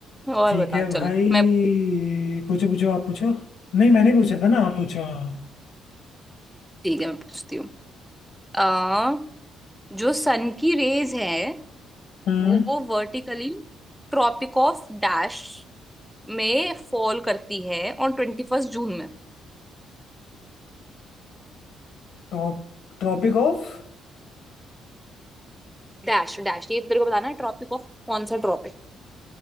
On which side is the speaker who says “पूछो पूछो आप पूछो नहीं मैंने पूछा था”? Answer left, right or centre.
Left